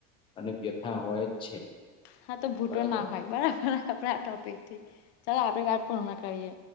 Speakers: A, on the left; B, on the left.
A: અને વ્યથા હોય જ છે.
B: હા તો ભુતો
A: બરાબર
B: ના હોય. બરાબર આપડે આ ટોપિક થી ચાલો આપડી વાત પણ હમના કરીએ.